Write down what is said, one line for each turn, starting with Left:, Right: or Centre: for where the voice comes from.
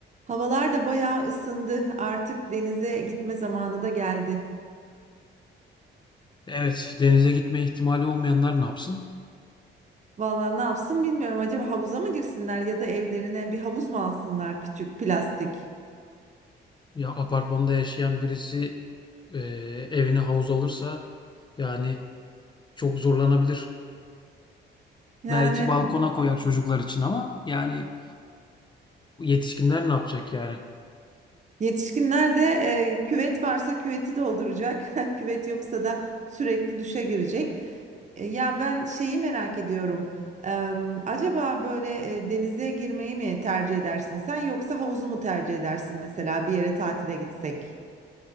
Right: Havalar da bayağı ısındı. Artık denize gitme zamanı da geldi.
Left: Evet, denize gitme ihtimali olmayanlar ne yapsın?
Right: Vallahi ne yapsın bilmiyorum. Acaba havuza mı girsinler ya da evlerine bir havuz mu alsınlar küçük plastik?
Left: Ya apartmanda yaşayan birisi e, evine havuz alırsa yani çok zorlanabilir.
Right: Yani
Left: Belki balkona koyar çocuklar için ama yani yetişkinler ne yapacak yani?
Right: yetişkinler de e, küvet varsa küveti dolduracak. <laughs> Küvet yoksa da sürekli duşa girecek. E, ya ben şeyi merak ediyorum. Em, acaba böyle e, denize girmeyi mi tercih edersin sen yoksa havuzu mu tercih edersin mesela bir yere tatile gitsek?